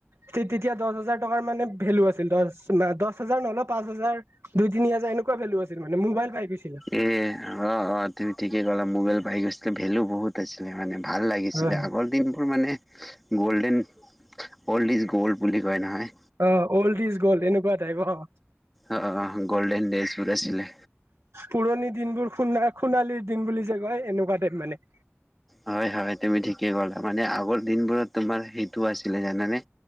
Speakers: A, on the right; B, in the centre.
A: তে তেতিয়া দহ হাজাৰ টকা মানে ভেলু আছিল দচ দচ হাজাৰ নহ'লেও পাঁচ হাজাৰ দুই তিনি হাজাৰ এনেকুৱা ভেলু আছিল মানে মোবলাই পাই। গৈছিলা
B: এ অ' অ' তুমি ঠিকেই ক'লা মোবাইল পাই গৈছিল। ভেলু বহুত আছিলে মানে ভাল লাগিছিলে
A: হয়
B: আগৰ দিনবোৰ মানে গ'ল্ডেন অল্ড ইজ গ'ল্ড বুলি কয় নহয়।
A: অ' অল্ড ইজ গ'ল্ড এনেকুৱা টাইপ অ'
B: অ' অ' গ'ল্ডেন ডেজ বোৰ আছিলে।
A: পুৰণি দিনবোৰ সু সোণালীৰ দিন বুলি যে কয় এনেকুৱা টাইপ মানে।
B: হয়, হয়, তুমি ঠিকে ক'লা মানে আগৰ দিনবোৰত তোমাৰ সেইটোও আছিলে জানানে